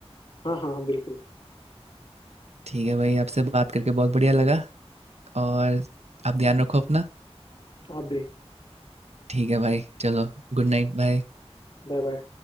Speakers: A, on the left (about 50°); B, on the right (about 75°).
A: हाँ हाँ हाँ बिल्कुल
B: ठीक है भाई आपसे बात करके बहुत बढ़िया लगा और आप ध्यान रखो अपना
A: आप भी
B: ठीक है भाई चलो गुड नाइट बाय
A: Bye bye